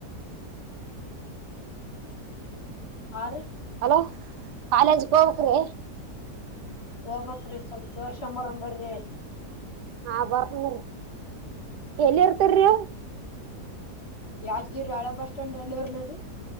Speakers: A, on the left; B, on the right.
A: ಆ ರೀ
B: ಅಲೋ ಕಾಲೇಜ್ ಹಕ್ರೀ
A: ಹೋಗಬೇಕು ರಿ ಸ್ವಲ್ಪ ತೋರಿಸಿಕೊಂಡು ಬರೋಣ ಬರಿ
B: ಹಾ ಬರ್ತೀನಿ ಇರಿ ಎಲ್ಲಿ ಇರ್ತಾರೀ
A: ಯಾಜ್ಜಿರಿ ಹಳೆ ಬಸ್ ಸ್ಟ್ಯಾಂಡ್ ಅಲ್ಲಿ ಇರ್ಲ ರರಿ